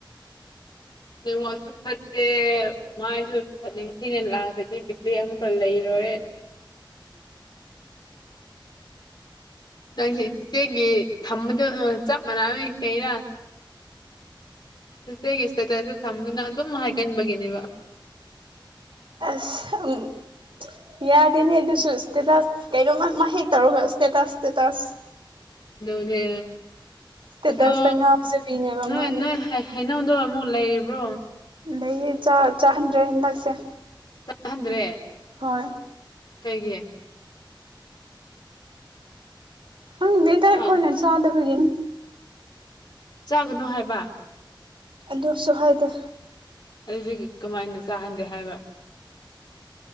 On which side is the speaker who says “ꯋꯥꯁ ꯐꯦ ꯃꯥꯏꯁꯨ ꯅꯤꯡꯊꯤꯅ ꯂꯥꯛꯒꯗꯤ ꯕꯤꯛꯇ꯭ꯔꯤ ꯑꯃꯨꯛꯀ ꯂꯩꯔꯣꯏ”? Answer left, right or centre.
Left